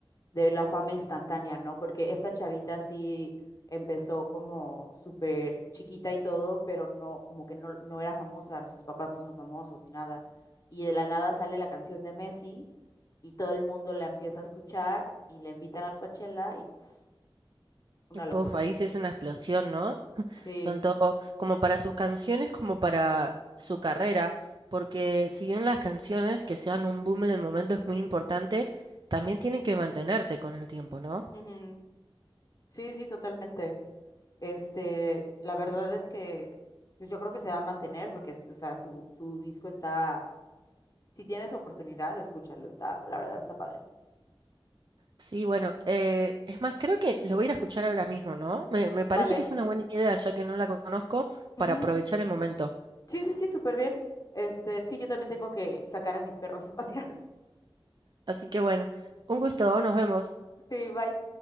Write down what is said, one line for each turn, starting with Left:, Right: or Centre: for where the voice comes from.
Left: de la fama instantánea, ¿no? Porque esta chavita sí empezó como súper chiquita y todo, pero no, como que no, no era famosa, sus papás no son famosos ni nada. Y de la nada sale la canción de Messi y todo el mundo la empieza a escuchar y la invitan al Coachella y pf, una
Right: Y, Puf,
Left: locura.
Right: ahí sí es una explosión, ¿no?
Left: Sí.
Right: tanto como para sus canciones como para su carrera, porque si bien las canciones que sean un boom en el momento es muy importante, también tienen que mantenerse con el tiempo, ¿no?
Left: Ujú. Sí, sí, totalmente. Este, la verdad es que pues, yo creo que se va a mantener porque, es- o sea, su, su disco está, si tienes oportunidad, escúchalo, está, la verdad está padre.
Right: Sí, bueno, eh, es más, creo que lo voy a ir a escuchar ahora mismo, ¿no? Me, me parece
Left: Vale.
Right: que es una buena idea, ya que no la conozco,
Left: Ujú.
Right: para aprovechar el momento.
Left: Sí, sí, sí, súper bien. Este, sí, yo también tengo que sacar a mis perros a pasear. <laughs>
Right: Así que bueno, un gusto, nos vemos.
Left: Sí, bye.